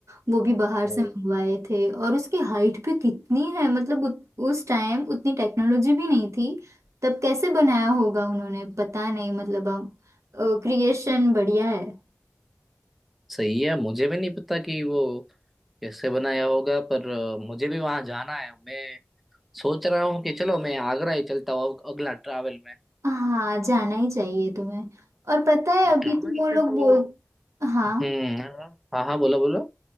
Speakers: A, on the right (about 70°); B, in the centre.
A: वो भी
B: ओ
A: बाहर से मंगवाए थे और उसकी हाइट भी कितनी है मतलब उत, उस टाइम उतनी टेक्नोलॉजी भी नहीं थी तब कैसे बनाया होगा उन्होंने पता नहीं मतलब अब क्रिएशन बढ़िया है
B: सही है मुझे भी नहीं पता कि वो कैसे बनाया होगा पर अ, मुझे भी वहां जाना है मैं सोच रहा हूँ कि चलो मैं आगरा ही चलता हूँ अगला ट्रैवल में
A: हाँ जाना ही चाहिए तुम्हें और पता है
B: ट्रैवल
A: अभी तो वो लोग
B: पे तो
A: बोल हाँ
B: हम्म हाँ हाँ हाँ, बोलो बोलो